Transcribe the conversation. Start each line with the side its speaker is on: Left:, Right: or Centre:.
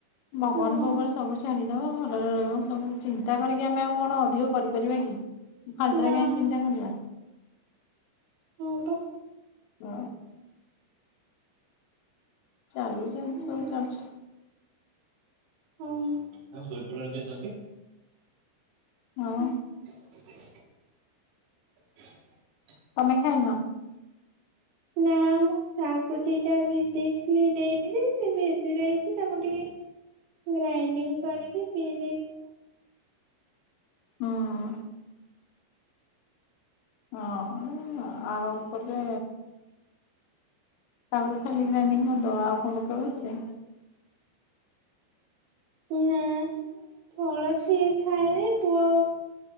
Left: ଭଗବାନଙ୍କ
Right: ହଁ
Left: ଉପରେ ସବୁ ଛାଡିଦବା। ଭଲରେ ରହିବ ସବୁ ଚିନ୍ତା କରିକି ଆମେ ଆଉ କଣ ଅଧିକ କରିପାରିବା କି? ଖାଲିଟାରେ
Right: ନା
Left: କାହିଁକି ଚିନ୍ତା କରିବା।
Right: ହଁ ତ।
Left: ଓହ। ଚାଲୁ ଯେମିତି
Right: ହୁଁ
Left: ସବୁ ଚାଲୁଛି।
Right: ହୁଁ ଶୋଇପଡିଲଣି କି ଏତେ ଜଲଦି।
Left: ହଁ‌।
Right: <unintelligible>
Left: ତମେ ଖାଇନ?
Right: ନା ମୁଁ ଶାଗଦୁଇଟା ଭିଜେଇ ଥିଲି ଡେରିରେ ସିଏ ଭିଜି ଯାଇଚି ତାକୁ ଟିକେ ଗ୍ରାଇଣ୍ଡିଙ୍ଗି କରିକି ପିଇ ଦେଇଚି।
Left: ହଁ। ହଁ ଆଉ କୋଟେ ଶାଗୁ ଖାଲି ଗାଇଣ୍ଡିଙ୍ଗି କରିଦବ ଆଉ କଣ ପକେଇବ ହେଥିରେ?
Right: ନାଁ ଫଳ ସିଏ ଖାଏଯେ ପୁଅ।